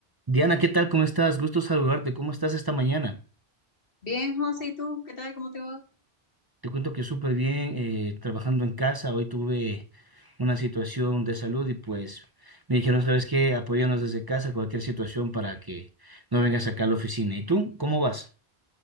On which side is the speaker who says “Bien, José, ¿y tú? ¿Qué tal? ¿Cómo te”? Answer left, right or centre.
Left